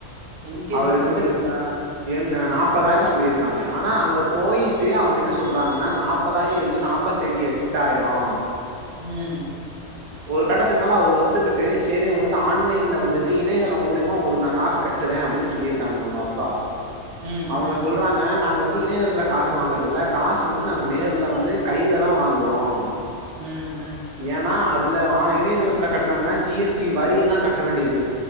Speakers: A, on the right; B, on the right.
A: எல் கே
B: அவருக்கு
A: ஜி குழந்தைகளுக்கா
B: வந்து என் நாப் ப்பதாயிரம் சொல்லியிருக்காங்க ஆனா அங்க போயிட்டு அவங்க என்ன சொல்றாங்கன்னா நாப்பதாயிரம் இல்ல நாப்பத்தட்டு எட்டாயிரோ
A: உம்
B: ஒரு கட்டத்துக்கு மேல அவர் ஒத்துக்கிட்டு செரி உங்களுக்கு ஆன்லைன்ல வந்துட்டு இணையதளம் மூலிமா உங்களுக்கு நான் காசு கட்டுறேன் அப்படின்னு சொல்லியிருக்காங்க அவங்க அப்பா
A: ம்
B: அவங்க
A: ம்
B: சொல்றாங்க நாங்க வந் வந்து இணையதளத்துல காசு வாங்குறது இல்ல காசு வந்து நாங்க நேர்ல வந்து கையில தான் வாங்குறோம்
A: உம்
B: ஏன்னா அத் இணையதளத்தில் கட்டணும்னா ஜி எஸ் டி வரியெல்லாம் கட்ட வேண்டியது இரு